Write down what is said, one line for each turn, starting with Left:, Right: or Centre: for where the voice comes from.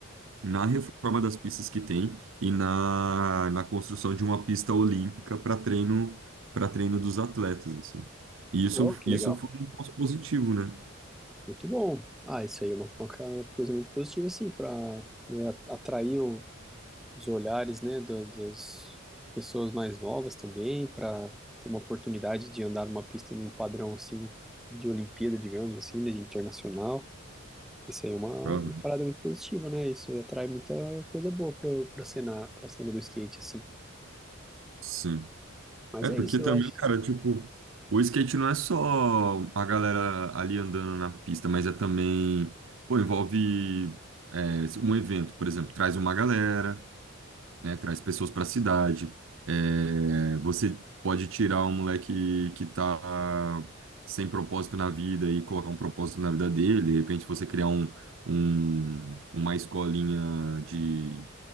Right: na reforma das pistas que tem e na, na construção de uma pista olímpica para treino para treino dos atletas assim. E isso
Centre: oh, que
Right: isso
Centre: legal.
Right: foi um ponto positivo, né?
Centre: Muito bom. Ah, isso aí é uma, uma ca- coisa muito positiva, assim, para atrair o- os olhares, né, do- das pessoas mais novas também, para ter uma oportunidade de andar numa pista num padrão, assim, de Olimpíada, digamos assim, né, de internacional. Isso aí é uma,
Right: Aham,
Centre: uma parada muito positiva, né? Isso aí atrai muita coisa boa pro, pro cena, pra cena do skate, assim.
Right: Sim.
Centre: Mas
Right: É
Centre: é
Right: porque
Centre: isso,
Right: também,
Centre: eu acho.
Right: cara, tipo, o skate não é só a galera ali andando na pista, mas é também, pô, envolve é, um evento, por exemplo, traz uma galera né? Traz pessoas para a cidade. É, você pode tirar um moleque que tá sem propósito na vida e colocar um propósito na vida dele. De repente, você criar um, um- uma escolinha de,